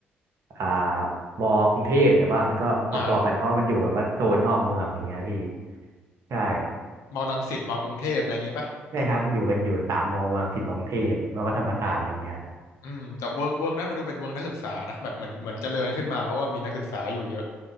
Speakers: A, on the right (about 55°); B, on the left (about 65°).
A: อ่ามอกรุงเทพแต่ว่ามันก็พอๆกันเพราะว่ามันอยู่แบบว่าโซนนอกเมืองอะไรเงี้ยพี่
B: อ่า
A: ใช่
B: มอรังสิตมอกรุงเทพอะไรอย่างงี้ป่ะ
A: ใช่ครับอยู่กันอยู่สามมอเมืองสิทธิ์มกรุงเทพแล้วก็ธรรมศาสตร์อะไรเงี้ย
B: อืมแต่เวิร์กเวิร์กนั้นมาดูเป็นเวิร์กนักศึกษานะแบบเหมือนเหมือนเจริญขึ้นมาเพราะว่ามีนักศึกษาอยู่เยอะ